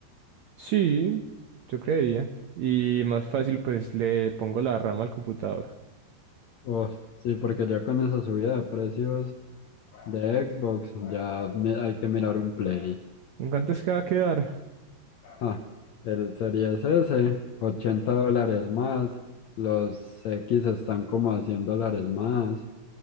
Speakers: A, on the right; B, on the left.
A: Sí, yo creería. Y más fácil, pues le pongo la rama al computador.
B: Oh, sí, porque ya con esa subida de precios de Xbox, ya mi- hay que mirar un Play.
A: ¿En cuánto es que va a quedar?
B: Ah, el Series S, 80 dólares más. Los X están como a 100 dólares más.